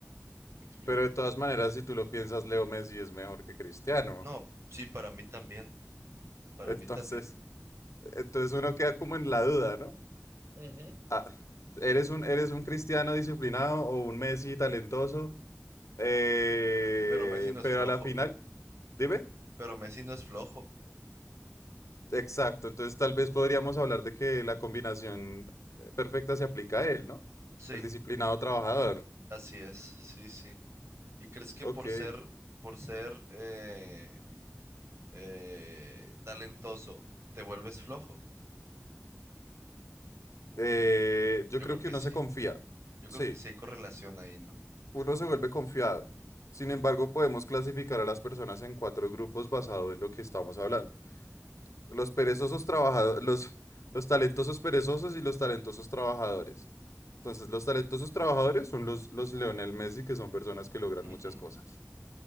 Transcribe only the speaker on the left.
pero de todas maneras, si tú lo piensas, Leo Messi es mejor que Cristiano.
Entonces,
entonces uno queda como en la duda, ¿no?
Ah, ¿eres un, eres un cristiano disciplinado o un Messi talentoso? Eh,
pero
a la final, dime.
Exacto, entonces tal vez podríamos hablar de que la combinación eh, perfecta se aplica a él, ¿no?
El disciplinado trabajador.
Ok.
Eh, yo
creo
que
uno
se confía.
Sí,
uno se vuelve confiado. Sin embargo, podemos clasificar a las personas en cuatro grupos basado en lo que estamos hablando. Los perezosos trabajadores, los, los talentosos perezosos y los talentosos trabajadores. Entonces, los talentosos trabajadores son los, los Lionel Messi, que son personas que logran
muchas cosas.